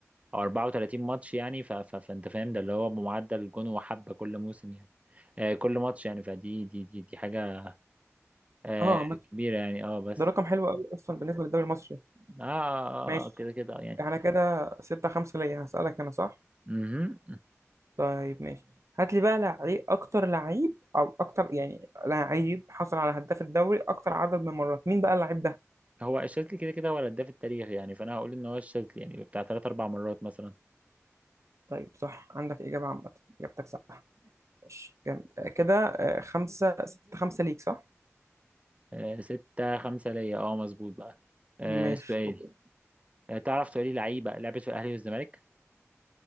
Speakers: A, on the right; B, on the right.
A: او 34 ماتش يعني ف ف فانت فاهم ده اللي هو بمعدل جون وحبه كل موسم يعني آه كل ماتش يعني فدي دي دي دي حاجه آه
B: اه عامة
A: كبيره يعني اه بس
B: ده رقم حلو قوي اصلا بالنسبه للدوري المصري
A: اه آه، آه،
B: ماشي
A: آه، كده كده يعني
B: احنا كده 6 5 ليا هسألك انا صح
A: مهم.
B: طيب ماشي هات لي بقى لعيب اكتر لعيب او اكتر يعني لعيب حصل على هداف الدوري اكتر عدد من مرات مين بقى اللعيب ده
A: هو الشاذلي كده كده هو الهداف التاريخي يعني فانا هقول ان هو الشاذلي يعني بتاع ثلاث اربع مرات مثلا
B: طيب صح عندك اجابه عامه اجابتك صح ماشي جامد آه، كده آه، خمسة ستة خمسة ليك صح
A: آه ستة خمسة ليا اه مظبوط بقى آه
B: ماشي
A: سؤالي
B: اوكي
A: آه تعرف تقولي لعيبة لعبت في الاهلي والزمالك